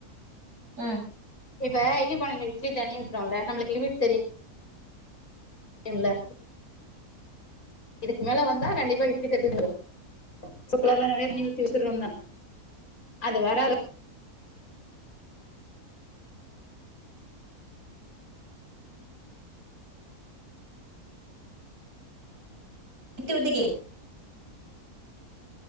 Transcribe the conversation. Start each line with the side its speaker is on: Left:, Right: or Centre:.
Right: ம்
Left: இப்ப இட்லி பானைல இட்லி தண்ணி ஊத்தரோலா நம்பளுக்கு லிமிட் தெரி யுல்ல இதுக்கு மேல வந்தா கண்டிப்பா இட்லி தட்டுவரு சுக்கர்லலா தண்ணி ஊத்தி விசுல் வந்தா அது வரளவ்
Right: விட்டு விட்டு கே